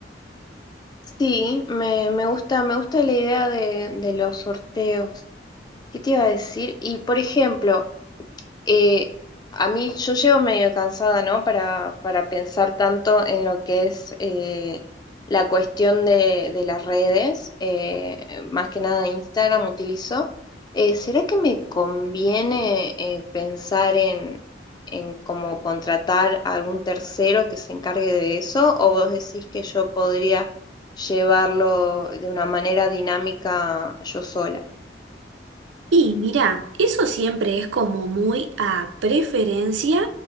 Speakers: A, on the left; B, on the right.
A: Sí, me, me gusta, me gusta la idea de, de los sorteos. ¿Qué te iba a decir? Y por ejemplo, eh, a mí yo llego medio cansada, ¿no? Para, para pensar tanto en lo que es eh, la cuestión de, de las redes, eh, más que nada Instagram utilizo. Eh, ¿será que me conviene eh, pensar en, en cómo contratar a algún tercero que se encargue de eso? ¿O vos decís que yo podría llevarlo de una manera dinámica yo sola?
B: Y mira, eso siempre es como muy a preferencia